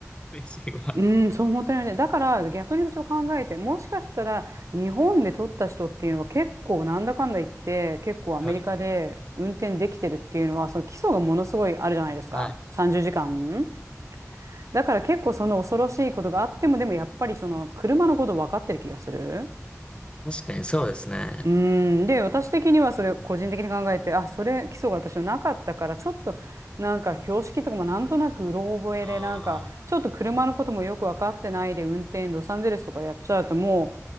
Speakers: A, on the left; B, on the right.
A: 嬉しいわ。
B: うん、そう、本当にね。だから逆に私は考えて、もしかしたら日本で取った人っていうのは結構なんだかんだ言って、結構アメリカで運転できてるっていうのは、
A: はい。
B: その基礎がものすごいあるじゃないですか。
A: はい。
B: 30時間。だから結構その恐ろしいことがあっても、でもやっぱりその車のこと分かってる気がする。
A: 確かにそうですね。
B: うーん。で、私的にはそれ個人的に考えて、あ、それ基礎が私はなかったから、ちょっとなんか標識とかもなんとなくうろ覚えで、
A: ああ、
B: なんかちょっと車のこともよく分かってないで運転、ロサンゼルスとかやっちゃうとも